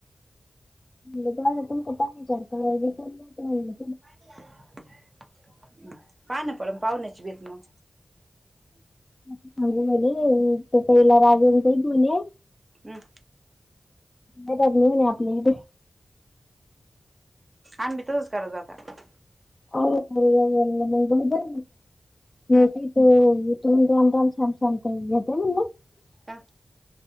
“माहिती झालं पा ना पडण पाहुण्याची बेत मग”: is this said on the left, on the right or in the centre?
Right